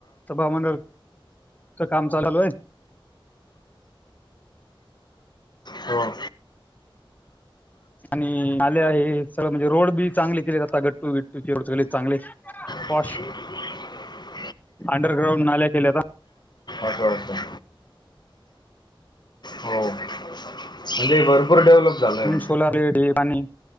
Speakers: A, on the left; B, on the left.
A: सभामंड काम चाललू आहे
B: होम
A: आणि नाले आहे सगळ म्हणजे रोड बी चांगले केलेत आता गट्टू बिट्टूचे रोड सगळे चांगले
B: ह
A: पॉश अंडरग्राउंड नाल्या केलेता
B: अच्छा अच्छा हो म्हणजे भरपूर डेव्हलप झालंय
A: सोलार पाणी